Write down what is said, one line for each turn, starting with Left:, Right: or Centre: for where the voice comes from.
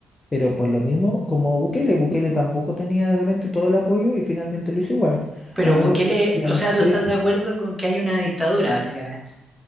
Left: pero por lo mismo como Bukele, Bukele tampoco tenía de repente todo el apoyo y finalmente lo hizo igual,
Centre: Pero
Left: agarró
Centre: Bukele,
Left: y a, y a
Centre: o
Left: los
Centre: sea, tú
Left: precios.
Centre: estás de acuerdo con que hay una dictadura, básicamente.